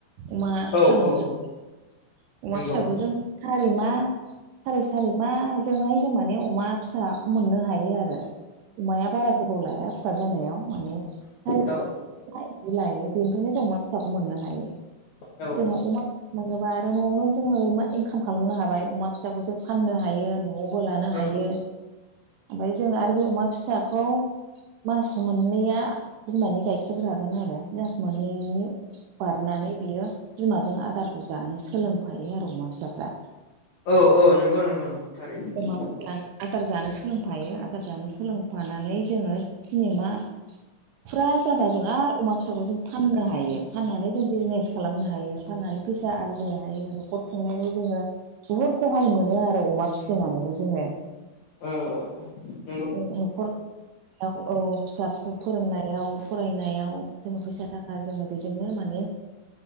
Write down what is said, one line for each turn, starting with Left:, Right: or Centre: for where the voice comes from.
Right: अमा
Left: औ
Right: फिसा
Left: औ
Right: मोनो अमा
Left: नंगौ
Right: फिसाबो जों सारि मा सारि सारि माजोंनो जों माने अमा फिसा मोननो हायो आरो अमाया बारा गोबाव लाया फिसा जानायाव माने सारि
Left: औ
Right: पास लायो बेनिफ्रायनो जों अमा फिसाखौ मोननो हायो।
Left: औ।
Right: जों अमा मोनोबा आरो न'आवनो जोङो मा इनकाम खालामनो हाबाय अमा फिसाखौ जों फाननो हायो न'आव ब लानो
Left: औ
Right: हायो ओमफ्राय जों आरो बे अमा फिसाखौ मास मोननैया बिमानि गाइखेर जागोन आरो मास मोननैनि बारनानै बियो बिमाजों आदारखौ जानो सोलोंफायो आरो अमा फिसाफ्रा
Left: औ औ नंगौ नंगौ नंगौ थारैनो ।
Right: अमा आदार जानो सोलोंफायो आदार जानो सोलोंफानानै जोङो तिनिमा फुरा जाबा जों आरो अमा फिसाखौ जों फाननो हायो फाननानै जों बिजनेस खालामनो हायो फाननानै फैसा आरजिनो हायो न'खर खुंनायाव जोङो बुहुदहाय मोनो आरो अमा फिसिनानैबो जोङो
Left: औ औ औ
Right: ज न'खर औ फिसा फिसौ फोरोंनायाव फरायनायाव जोङो फैसा थाखा जोङो बेजोंनो माने